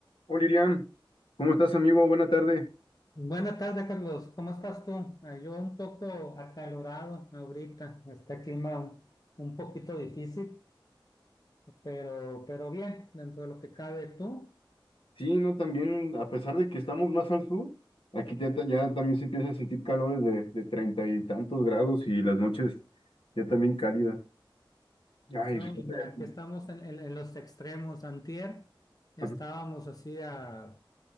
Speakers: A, on the left; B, on the left.
A: Hola, Iriam. ¿Cómo estás, amigo? Buena tarde.
B: Buenas tardes, Carlos. ¿Cómo estás tú? Ah, Yo un poco acalorado ahorita. Está el clima un, un poquito difícil, pero, pero bien, dentro de lo que cabe tú.
A: Sí, no, también, a pesar de que estamos más al sur, aquí ya, ta- ya también se empieza a sentir calores de, de treinta y tantos grados y las noches ya también cálidas. Ay,
B: No,
A: fíjate.
B: hombre, aquí estamos en, en- en los extremos. Antier estábamos
A: Ajá.
B: así a